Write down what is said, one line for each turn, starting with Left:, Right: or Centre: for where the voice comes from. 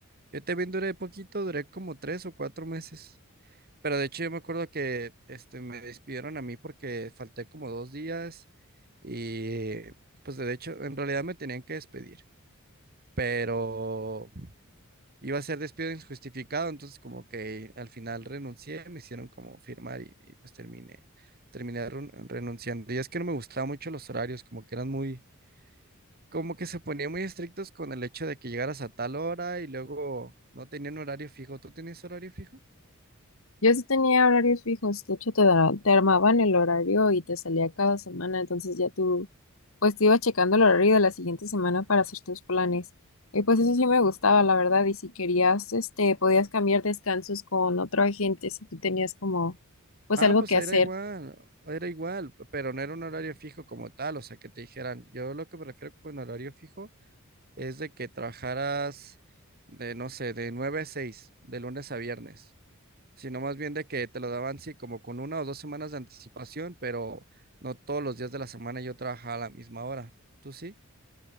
Right: Yo también duré poquito, duré como tres o cuatro meses. Pero de hecho yo me acuerdo que este, me despidieron a mí porque falté como dos días y pues de hecho en realidad me tenían que despedir, pero iba a ser despido injustificado, entonces como que al final renuncié, me hicieron como firmar y, y, pues terminé, terminé ren- renunciando. Y es que no me gustaban mucho los horarios, como que eran muy, como que se ponían muy estrictos con el hecho de que llegaras a tal hora y luego no tenían horario fijo. ¿Tú tenías horario fijo?
Left: Yo sí tenía horarios fijos, de hecho te, da- te armaban el horario y te salía cada semana, entonces ya tú, pues te ibas checando el horario de la siguiente semana para hacer tus planes. Y pues eso sí me gustaba, la verdad, y si querías, este, podías cambiar descansos con otro agente si tú tenías como, pues
Right: Ah,
Left: algo
Right: pues
Left: que
Right: era
Left: hacer.
Right: igual, era igual, pero no era un horario fijo como tal, o sea, que te dijeran, yo lo que me refiero con horario fijo es de que trabajaras de, no sé, de 9 a 6, de lunes a viernes, sino más bien de que te lo daban, sí, como con una o dos semanas de anticipación, pero no todos los días de la semana yo trabajaba a la misma hora. ¿Tú sí?